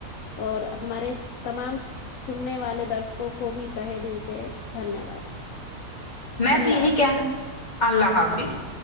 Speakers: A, on the left (about 65°); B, on the left (about 25°).
A: اور ہمارے اس تمام سننے والے درشکوں کو بھی تہے دل سے دھنیہ واد
B: میں
A: اللہ
B: تو یہی
A: حافظ
B: کہنا اللہ حافظ